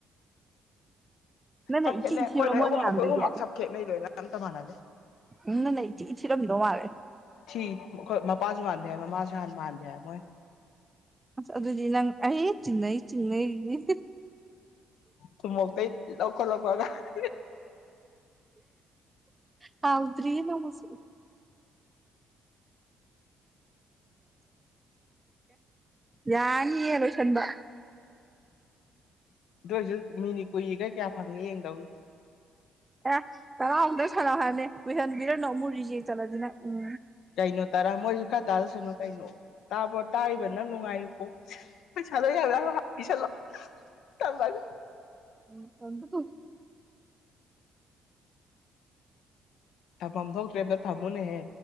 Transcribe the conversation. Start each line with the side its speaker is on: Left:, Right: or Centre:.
Right: ꯅꯪꯅ
Left: ꯁꯛꯈꯦꯠꯅꯩ
Right: ꯏꯊꯤ
Left: ꯑꯩꯈꯣꯏ
Right: ꯊꯤꯕ꯭ꯔꯥ
Left: ꯂꯣꯏ
Right: ꯃꯣꯏ
Left: ꯑꯍꯨꯝ
Right: ꯃꯌꯥꯝꯗꯒꯤ
Left: ꯑꯩꯈꯣꯏ ꯑꯍꯨꯝꯃꯛ ꯁꯞꯈꯦꯠꯅꯩ ꯂꯣꯏꯅ ꯑꯝꯇ ꯃꯥꯟꯅꯗꯦ
Right: ꯅꯪꯅ ꯏꯊꯤꯊꯤꯔꯝꯗꯧ ꯃꯥꯂꯦ
Left: ꯊꯤ ꯃꯄꯥꯁꯨ ꯃꯥꯥꯟꯗ ꯍꯥꯏ ꯃꯃꯥꯁꯨꯍꯅ ꯃꯥꯥꯟꯗ ꯍꯥꯏ ꯃꯣꯏ
Right: ꯑꯁ ꯑꯗꯨꯗꯤ ꯅꯪ ꯑꯩ ꯆꯤꯡꯅꯩ ꯆꯤꯡꯅꯩꯒꯤ
Left: ꯨꯊꯨꯃꯣꯛꯇꯩ ꯂꯧꯈꯠꯂꯛꯄ ꯑꯉꯥꯡꯅꯤ
Right: ꯍꯥꯎꯗ꯭ꯔꯤꯑꯅꯃꯁꯨ ꯌꯥꯅꯤꯌꯦ ꯂꯣꯏ ꯁꯟꯕ
Left: ꯑꯗꯨ ꯑꯣꯏꯔꯁꯨ ꯃꯤꯅꯤ ꯀꯨꯏꯒꯩ ꯀꯌꯥ ꯐꯪꯏꯤ ꯌꯦꯡꯗꯧꯅꯤ
Right: ꯑꯦ ꯇꯔꯥꯎꯡꯗ ꯁꯥꯟꯅ ꯍꯥꯏꯅꯦ ꯀꯨꯏꯍꯟꯕꯤꯔꯅꯨ ꯑꯃꯨꯛ ꯔꯤꯖꯩ ꯆꯠꯂꯗꯤꯅ ꯎꯝ
Left: ꯀꯩꯅꯣ ꯇꯔꯥ ꯃꯣꯏꯁꯨ ꯈꯔ ꯇꯥꯗꯁꯅꯨ ꯀꯩꯅꯣ ꯇꯥꯕ ꯇꯥꯔꯤꯕꯅꯪ ꯅꯨꯡꯉꯥꯏꯌꯨꯀꯣ ꯍꯣꯏ ꯆꯂ ꯌꯥ ꯍꯥꯞꯄꯤꯁꯂꯣ ꯇꯕꯥꯒ
Right: ꯎꯝ ꯀꯀ
Left: ꯊꯝꯐꯝ ꯊꯣꯛꯇ꯭ꯔꯦ ꯑꯝꯇ ꯊꯝꯃꯨꯅꯦꯍꯦ